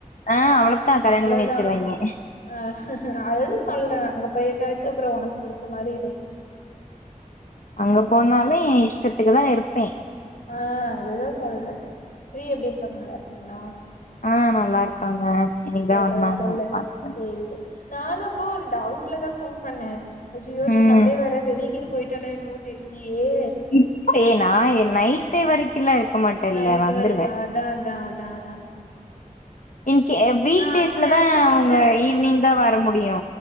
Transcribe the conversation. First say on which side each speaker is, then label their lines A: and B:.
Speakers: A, on the left; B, on the left.
A: ஆ அவ்வளவுதான் கல்யாணம்
B: அவ்வளதா
A: பண்ணி வச்சிருவாய்ங்க
B: ஆ அதுதா சொல்றே அங்க போயிட்டாச்சு அப்புறோ உனக்கு புடிச்ச மாரி இரு
A: அங்க
B: அவ்ளதா
A: போனாலு எ இஷ்டத்துக்கு தா இருப்பே
B: ஆ அதுதா சொல்றே ஸ்ரீ எப்டி இருக்காங்க நல்லா இருக்காங்களா
A: ஆ நல்லா இருக்காங்க இன்னைக்குதா
B: கேட்டதா
A: வந்தாங்க
B: சொல்லு
A: பாத்த
B: சேரி சேரி நானு அப்போ ஒரு டவுட்ல தா ஃபோன் பண்ணே அய்யோ இன்னிக்கி
A: ம்
B: சண்டே வேற வெளிய கீது போயிட்டாலோ என்னவோ தெரியிலையே
A: இப்ப ஏ நா என் நைட்டு வரைக்குல்ல இருக்க மாட்டேல்ல
B: நைட்டு
A: வந்துருவே
B: வரைக்கு அதா அதா அதா அதா
A: இன்கே வீக்டேஸ்ல
B: நான் நெனச்சிட்டு
A: தா அவ்ங்க
B: இருந்தே
A: ஈவினிங் தா வர முடியு